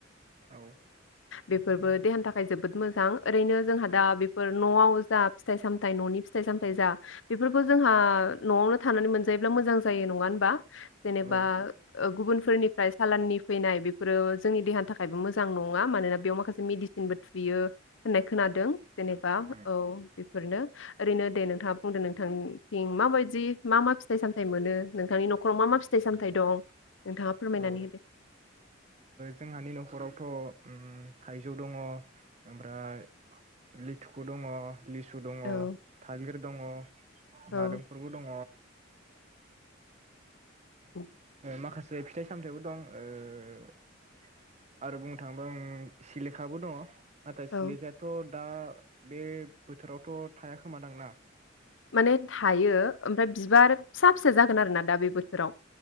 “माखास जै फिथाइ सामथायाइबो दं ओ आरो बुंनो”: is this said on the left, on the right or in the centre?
Right